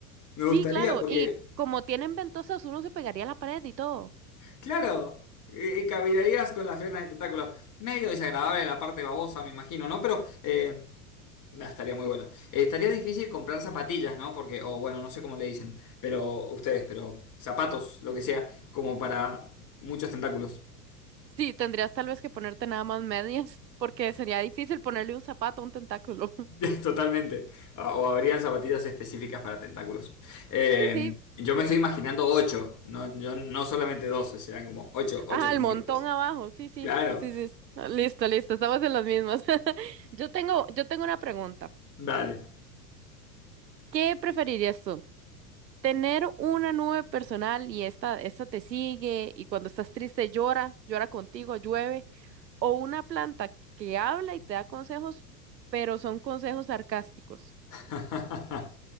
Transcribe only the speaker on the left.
Me
gustaría
porque,
Claro, eh, caminarías con las piernas de tentáculo. Medio desagradable la parte babosa, me imagino, ¿no? Pero eh, nah, estaría muy bueno. Eh, estaría difícil comprar zapatillas, ¿no? Porque, o bueno, no sé cómo le dicen, pero ustedes, pero zapatos, lo que sea, como para muchos tentáculos.
<laughs> Totalmente. Ah, O habrían zapatillas específicas para tentáculos. Eh,
yo me estoy imaginando ocho, no, yo, no solamente 12, serán como ocho, ocho
tentáculos.
Claro,
dale.
<laughs>